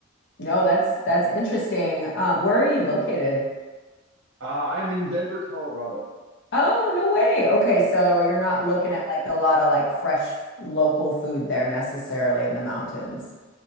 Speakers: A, on the left (about 60°); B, on the right (about 60°).
A: No, that's that's interesting. Um, where are you located?
B: Uh, I'm in Denver, Colorado.
A: Oh, no way. Okay, so you're not
B: Yeah.
A: looking at like a lot of like fresh local food there necessarily in the mountains.